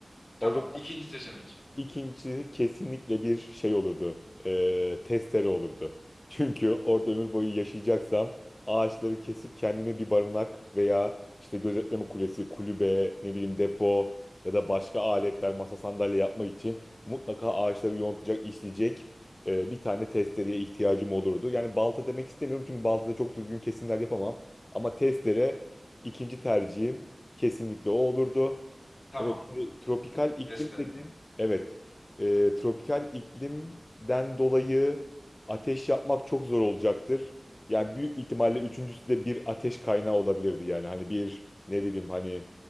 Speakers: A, on the left; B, on the left.
A: Tamam.
B: O zaman
A: İkinci seçenek.
B: İkinci kesinlikle bir şey olurdu. Ee, testere olurdu. <laughs> Çünkü orada ömür boyu yaşayacaksam ağaçları kesip kendime bir barınak veya işte gözetleme kulesi, kulübe, ne bileyim depo ya da başka aletler, masa sandalye yapmak için mutlaka ağaçları yontacak, işleyecek e, bir tane testereye ihtiyacım olurdu. Yani balta demek istemiyorum çünkü baltada çok düzgün kesimler yapamam. Ama testere ikinci tercihim kesinlikle o olurdu.
A: Tamam.
B: Evet, şimdi tropikal iklim
A: Testere.
B: dedin. Evet. Ee, tropikal iklimden dolayı ateş yapmak çok zor olacaktır. Yani büyük ihtimalle üçüncüsü de bir ateş kaynağı olabilirdi yani. Hani bir ne bileyim hani